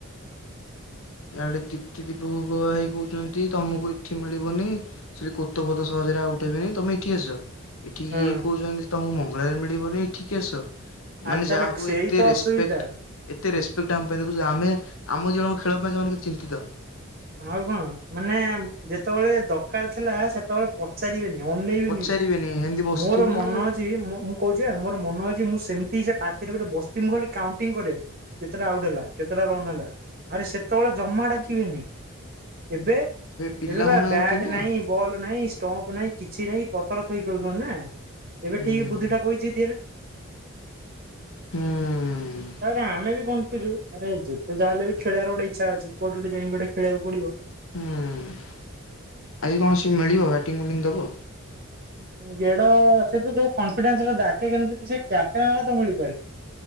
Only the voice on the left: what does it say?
ୟାଡେ ଦୀପ୍ତି, ଦୀପକ <unintelligible> ଭାଇ କହୁଛନ୍ତି ତମକୁ ଏଇଠି ମିଳିବନି। ସିଏ କୋତଫୋତ ସହଜରେ ଆଉ ପାଇବେନି ତମେ ଏଠି ଆସ। ଏଠି
ଇଏ କହୁଛନ୍ତି, ତମକୁ ମଙ୍ଗଳାରେ ମିଳିବନି, ଏଠିକି ଆସ।
ମାନେ
ଯାହା ହଉ,
ଏତେ
ରେସ୍ପେକ୍ଟ!
ଏତେ ରେସପେକ୍ଟ ଆମ ପାଇଁ ଦେଖୁଚ! ଆମେ ଆମ ଜିବନ ଖେଳ ପାଇଁ, ସୋମାନେ କେତେ ଚିନ୍ତିତ!
ପଚାରିବେନି ଏମିତି ବସିଥିବୁ
ପିଲା
ହଉନାହାନ୍ତି
ନା।
ହୁଁ
ହୁଁ।
ହୁଁ ଆଜି କୌଣସି ମିଳିବ? ବ୍ୟାଟିଂ, ବୋଲିଂଦବ?